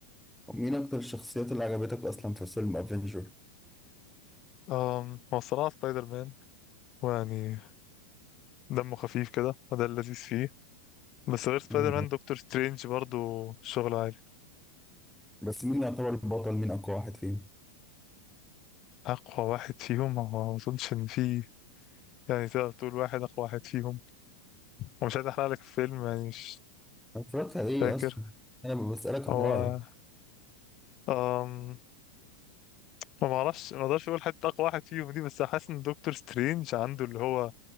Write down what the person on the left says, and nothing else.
أم هو الصراحة سبايدر مان ويعني دمه خفيف كده وده اللذيذ فيه بس غير سبايدر
مان دكتور سترينج برضو شغل عالي
أقوى واحد فيهم هو ما أظنش إن في يعني تقدر تقول واحد أقوى واحد فيهم ومش عايز أحرق لك الفيلم يعني مش
فاكر
هو
أم ما معرفش ما اقدرش اقول حتى اقوى واحد فيهم دي بس حاسس ان دكتور سترينج عنده اللي هو